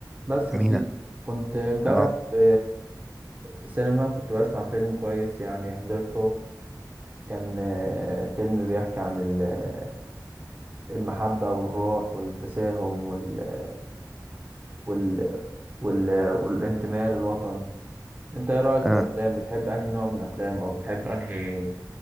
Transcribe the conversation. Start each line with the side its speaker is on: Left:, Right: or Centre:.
Right: بس يا
Centre: أمينة
Right: سيدي كنت امبارح
Centre: اه
Right: في سينما كنت بسمع فيلم كويس يعني حضرته كان آه، فيلم بيحكي عن ال- آه، المحبة والروح والتساهم وال... وال... وال... والانتماء للوطن انت ايه رأيك
Centre: اه
Right: في الافلام بتحب انهي نوع من الافلام او بتحب انهي